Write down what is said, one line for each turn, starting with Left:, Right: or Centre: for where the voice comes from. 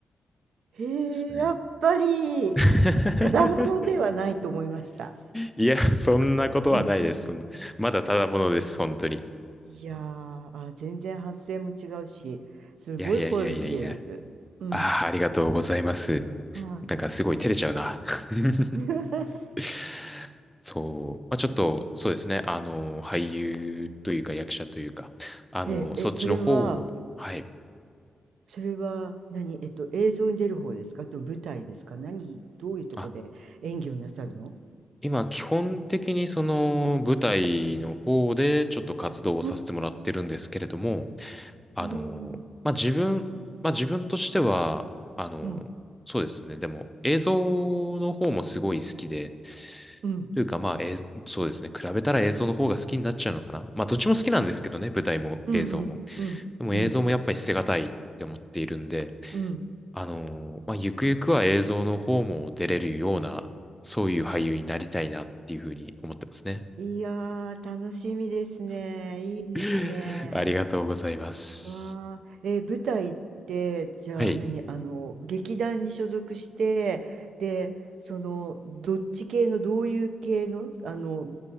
Right: へえやっぱり
Centre: ですね。<laughs>
Right: ただものではないと思いました。
Centre: いや、そんなことはないです。
Right: うん。
Centre: そんなまだただものです、本当に。
Right: いやーあ全然発声も違うしすごい声が綺麗です。
Centre: いやいやいやいやいや。
Right: うん、
Centre: ああ、ありがとうございます。
Right: はい。
Centre: なんかすごい照れちゃうな。<laughs>
Right: <laughs>
Centre: <laughs> そう。まあ、ちょっと、そうですね。あの、俳優というか役者というか、あの、
Right: ええ、
Centre: そっちの方を、
Right: え、それは
Centre: はい。
Right: それは何、えっと、映像に出る方ですかと舞台ですか何、どういうとこで演技をなさるの
Centre: あ今、基本的にその舞台の方でちょっと活動をさせてもらってるんですけれども、
Right: うん、
Centre: あの、
Right: おお、
Centre: まあ、自分、まあ、自分としては、あの、
Right: うん、
Centre: そうですね。でも、映像の方もすごい好きで、
Right: うん、
Centre: というか、まあ、えーそうですね。比べたら映像の方が好きになっちゃうのかな。まあ、どっちも好きなんですけどね、舞台も映像も。
Right: うん、うん、うん、
Centre: でも映像もやっぱり捨てがたいって思っているんで、
Right: うん、うん。
Centre: あのーまあ、ゆくゆくは映像の方も出れるような、そういう俳優になりたいなっていうふうに思ってますね。
Right: いやー、楽しみですね。いいですね。
Centre: <laughs> ありがとうございます。
Right: わあ、えー舞台って、じゃあ何、
Centre: はい。
Right: あの、劇団に所属して、で、その、どっち系の、どういう系の、あの、